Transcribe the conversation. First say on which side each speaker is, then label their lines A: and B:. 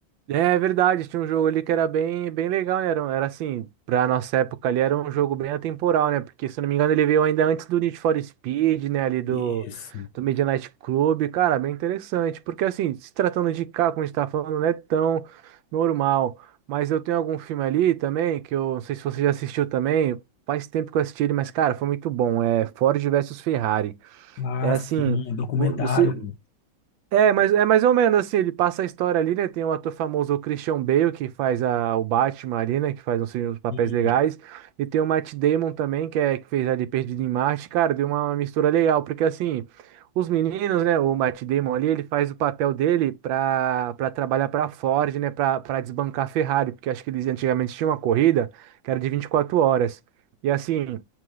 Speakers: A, on the right; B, on the left.
A: É, é verdade, tinha um jogo ali que era bem, bem legal, né? Era, um- era assim, pra nossa época ali, era um jogo bem atemporal, né? Porque, se eu não me engano, ele veio ainda antes do Need for Speed, né? Ali do,
B: Isso.
A: do Midnight Club. Cara, bem interessante. Porque, assim, se tratando de carro como a gente tá falando, não é tão normal. Mas eu tenho algum filme ali também, que eu não sei se você já assistiu também. Faz tempo que eu assisti ele, mas, cara, foi muito bom. É Ford versus Ferrari.
B: Ah,
A: É assim,
B: sim, documentário,
A: vo- você
B: pô.
A: é, mas é mais ou menos assim, ele passa a história ali, né? Tem um ator famoso, o Christian Bale, que faz a- o Batman ali, né, que faz uns, uns papéis
B: E,
A: legais, e tem o Matt Damon também, que é que fez ali Perdido em Marte, cara, deu uma mistura legal, porque assim, os meninos, né, o Matt Damon ali, ele faz o papel dele pra, pra trabalhar pra Ford, né, pra, pra desbancar a Ferrari, porque acho que eles antigamente tinham uma corrida que era de 24 horas. E assim,